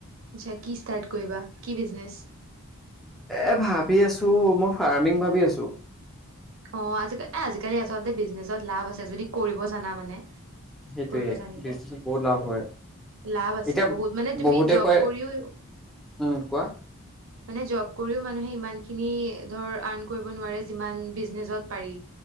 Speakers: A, on the right; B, in the centre.
A: আচ্ছা কি ষ্টাৰ্ট কৰিবা কি বিজনেছ?
B: এ ভাবি আছোঁ মই ফাৰ্মিং ভাবি আছোঁ।
A: অ আজিকালিৰ এ আজিকালি আচলতে বিজনেচত লাভ আছে যদি কৰিব জানা মানে।
B: সেইটোয়ে
A: কৰিব জানিলে
B: বিজনেচত বহুত লাভ হয়।
A: লাভ আছে
B: এতিয়া
A: বহুত মানে তুমি
B: বহুতে
A: জব
B: কয়
A: কৰিও
B: উম কোৱা
A: মানে জব কৰিও মানুহে ইমানখিনি। ধৰ আৰ্ণ কৰিব নোৱাৰে যিমান বিজ- বিজনেজত পাৰি।